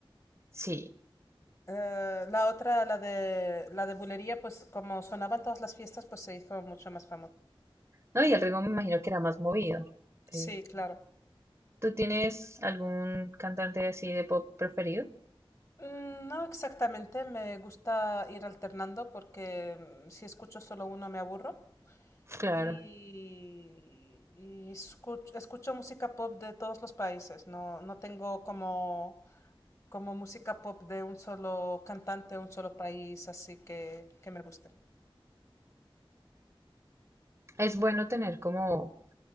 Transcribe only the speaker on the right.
Sí,
no, y el ritmo me imagino que era más movido. Eh,
¿tú tienes algún cantante así de pop preferido?
Claro,
es bueno
tener como